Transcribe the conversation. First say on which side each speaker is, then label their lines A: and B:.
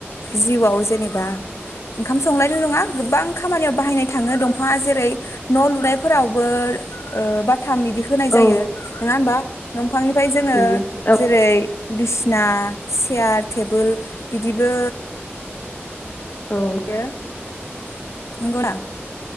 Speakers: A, on the left (about 85°); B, on the left (about 40°).
A: जिउआव जेनेबा ओंखाम संनायल नङा गोबां खामानियाव बाहायनाय थाङो दंफाङा जेरै न' लुनायफोरावबो ओ बाथ थाम बिदि होनाय
B: औ
A: जायो नङा होमबा बिफांनिफ्राय जोंङो
B: उम औ
A: जेरै बिसिना चियार टेबोल बिदिबो <unintelligible>
B: औ
A: <unintelligible>